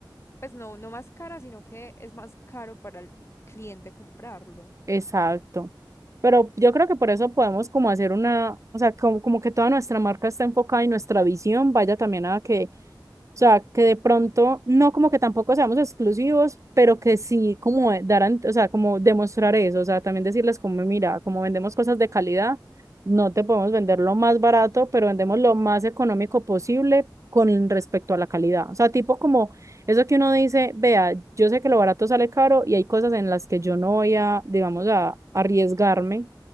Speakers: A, on the left (about 35°); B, on the right (about 40°).
A: Pues no, no más cara, sino que es más caro para el cliente comprarlo.
B: Exacto. Pero yo creo que por eso podemos como hacer una, o sea, como, como que toda nuestra marca está enfocada y nuestra visión vaya también a que, o sea, que de pronto, no como que tampoco seamos exclusivos, pero que sí como darán, o sea, como demostrar eso, o sea, también decirles como, mira, como vendemos cosas de calidad, no te podemos vender lo más barato, pero vendemos lo más económico posible con respecto a la calidad. O sea, tipo como eso que uno dice, vea, yo sé que lo barato sale caro y hay cosas en las que yo no voy a, digamos, a arriesgarme.